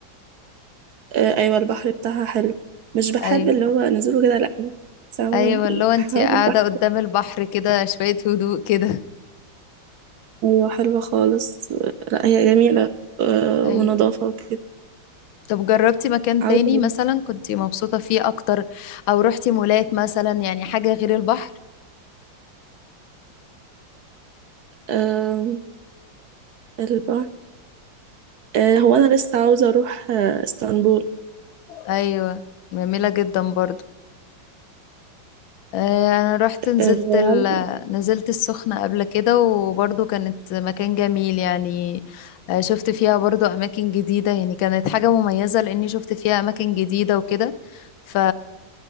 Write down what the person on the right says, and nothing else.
آه أيوة البحر بتاعها حلو مش بحب
اللي هو نزوله كده لأ بس عموما
حوار
البحر
أيوة حلوة خالص لأ هي جميلة آه
ونضافة وكده
عاوزة
أروح
آه البحر آه هو أنا لسه عاوزة أروح آه اسطنبول
آه